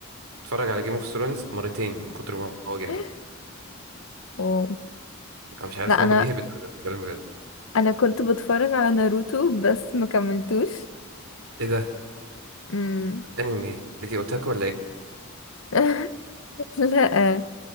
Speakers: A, on the right; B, on the left.
A: اتفرج على جيم اوف ثرونز مرتين من كتر ما هو جامد
B: <gasps> أوه.
A: انا مش عارف
B: لا
A: هو
B: انا
A: <laughs> بيهبط ولا بيتكلم بجد
B: انا كنت بتفرج على ناروتو بس ما كملتوش
A: ايه ده
B: امم
A: انمي ليكي اوتاكو ولا ايه
B: <laughs> لا